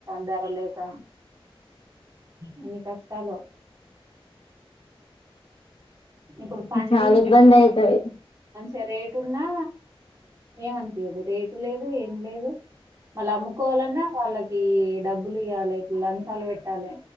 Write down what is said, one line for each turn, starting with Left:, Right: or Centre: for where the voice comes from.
Right: ధర లేక ఎన్ని కష్టాలో ఇప్పుడు పండించిన
Left: చాలా ఇబ్బంది అయితది
Right: మంచిగా రేటు ఉన్నా ఏమనిపియాదూ రేటు లేదు ఏం లేదు మళ్ళీ అమ్ముకోవాలన్నా వాళ్ళకి డబ్బులు ఇవ్వ్యాలి లంచాలు పెట్టాలి